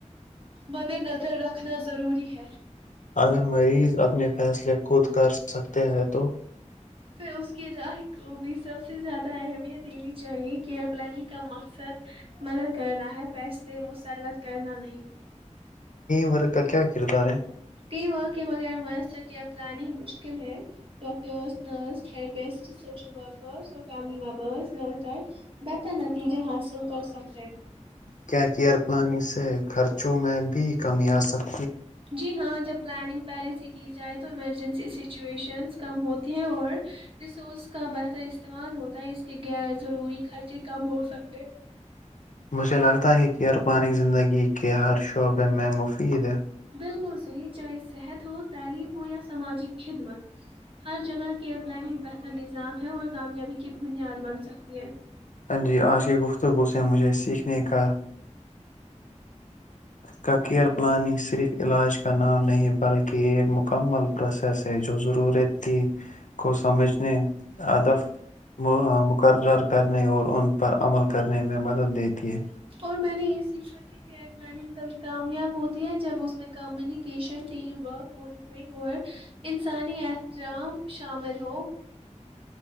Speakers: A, on the right; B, on the left.
A: مد نظر رکھنا ضروری ہے
B: اگر مریض اپنے فیصلے خود کر سکتے ہیں تو
A: پھر اس کی راہ کو بھی سب سے زیادہ اہمیت دینی چاہیے کہ ایئر پلاننگ کا مقصد مدد کرنا ہے فیصلے مسلط کرنا نہیں
B: ورک کیا ہ کہرتاار
A: ٹیم ورک کے بغیر میسر کیا پلاننگ مشکل ہے ڈاکٹرس نرسرپسٹ سوشل ورکرس اور فیملی ممبرس مل کر بہتر نتیجے حاصل کر سک
B: کیا کیائر پلان اس تو خرچوں میں بھی کمی آ ستی ہے
A: جی ہاں جب پلاننگ پہلے سے کی جائے تو ایمرجنسی سچویشنس کم ہوتی ہیں اور ریسورس کا بہتر استعمال ہوتا ہے اس کے غیر ضروری خرچے کم ہو سکتے
B: مجھے لگتا ہے کہ ارپانی زندگی کے ہر شعبے میں مفید ہے
A: بالکل صحیح چاہے صحت ہو تعلیم ہو یا سماجک خدمت ہر جگہ کیئر پلاننگ بہتر نظام ہے اور کامیابی کی بنیاد بن سکتی ہے
B: جی عاشق گفتگو سے مجھے سیکھنے کا کا کیئر پلاننگ صرف علاج کا نام نہیں بلکہ ایک مکمل پروسیس ہے جو ضرورتتی کو سمجھنے ادف م مقرر نے اور ان پر عمل کرنے میں مدد دیتی ہے
A: اور میں نے یہ سیکھا کہ کیار پلاننگ کبھی کامیاب ہوتی ہے جب اس میں کمیونیکیشن ٹیم ورک موانیٹرنگ اور انسانی احترام شامل ہ